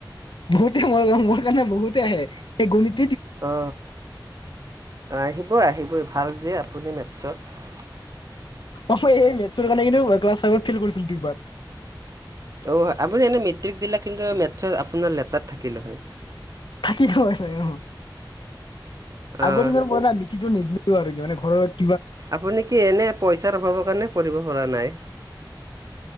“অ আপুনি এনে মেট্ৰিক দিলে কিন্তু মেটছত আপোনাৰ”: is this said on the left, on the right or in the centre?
Right